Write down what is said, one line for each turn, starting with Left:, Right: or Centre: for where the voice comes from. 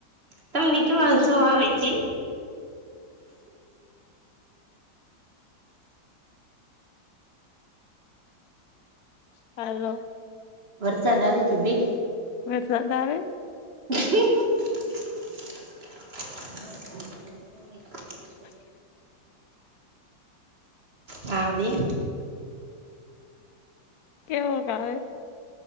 Right: તમને કેવા શું આવે છે
Left: હલો
Right: વરસાદ આવે છે બેન
Left: વરસાદ આવે
Right: <unintelligible>
Left: <inaudible>
Right: હા બેન
Left: કેવું ક આવે